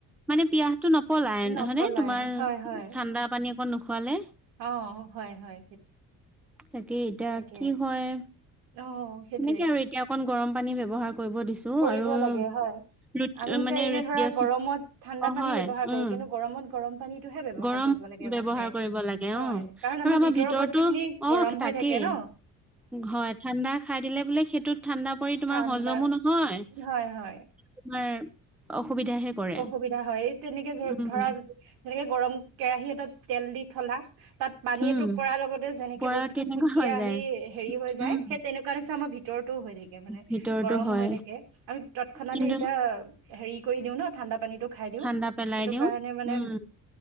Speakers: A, in the centre; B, on the right (about 90°).
A: মানে পিয়াহটো নপলাই
B: নপলাই
A: হয়নে তোমাৰ
B: হয় হয়
A: ঠাণ্ডা পানী অকণ নোখোৱালে।
B: অ' হয়, হয়।
A: তাকে এতিয়া
B: তাকে
A: কি হয়।
B: অ সেইটোৱে
A: সেনেকে আৰু এতিয়া অকণ গৰম পানী ব্যৱহাৰ কৰিব দিছোঁ
B: কৰিব
A: আৰু
B: লাগে হয়
A: ৰুট
B: আমি এতিয়া
A: মানে
B: এনে ধৰা
A: দিয়াচোন
B: গৰমত ঠাণ্ডা
A: অ
B: পানী
A: হয়
B: ব্যৱহাৰ কৰো।
A: উম
B: কিন্তু গৰমত গৰম পানীতটোহে ব্যৱহাৰ
A: গৰম
B: কৰিব লাগে
A: ব্যৱহাৰ
B: মানুহে
A: কৰিব লাগে অ'
B: হয় কাৰণ
A: আৰু আমাৰ
B: ভিতৰৰ
A: ভিতৰতো
B: বস্তু খিনি
A: অ'
B: গৰম
A: তাকেই।
B: হৈ থাকে ন
A: হয়, ঠাণ্ডা খাই দিলে বোলে সেইটোত ঠাণ্ডা পৰি তোমাৰ
B: ঠাণ্ডা
A: হজমো নহয়,
B: হয় হয়
A: তোমাৰ অসুবিধাহে কৰে,
B: অসুবিধা হয় এই তেনেকে ধ
A: উম।
B: ধৰা যেনেকে গৰম কেৰাহী এটাত তেল দি থলা তাত পানী
A: উম
B: এটোপ পৰাৰ লগতে যেনেকে
A: পৰা
B: বস্তুতটো
A: কেনেকুৱা
B: ফুটি
A: হৈ
B: আহি
A: যায়
B: হেৰি হৈ যায়।
A: উম
B: সেই তেনেকুৱা নিচিনা মই ভিতৰতো হৈ থাকে মানে
A: ভিতৰতো
B: গৰম
A: হয়
B: হৈ থাকে আমি তৎক্ষণাতে
A: কিন্তু
B: এতিয়া হেৰি কৰি দিও ন ঠাণ্ডা পানীটো খাই দিও
A: ঠাণ্ডা পেলাই
B: সেইটো
A: দিওঁ
B: কাৰণে মানে
A: উম